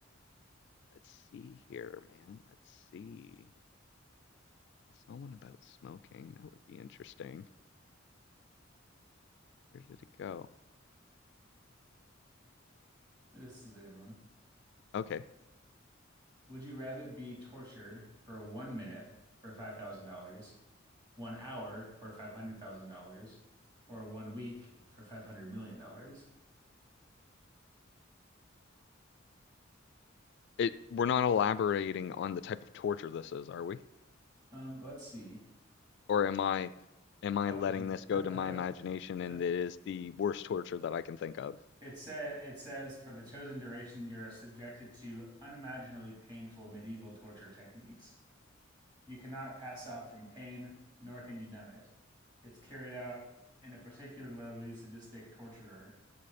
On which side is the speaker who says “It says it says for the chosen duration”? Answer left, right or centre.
Right